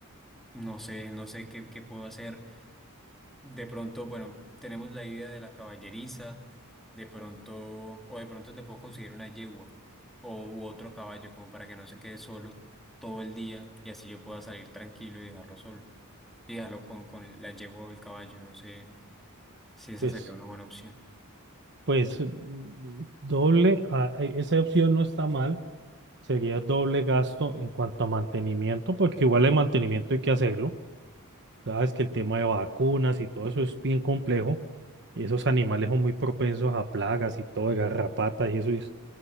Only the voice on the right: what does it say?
Pues,
pues mm, doble, ah, e- esa opción no está mal, sería doble gasto en cuanto a mantenimiento, porque igual el mantenimiento hay que hacerlo. Sabes que el tema de vacunas y todo eso es bien complejo. Esos animales son muy propensos a plagas y todo, de garrapatas y eso. Y,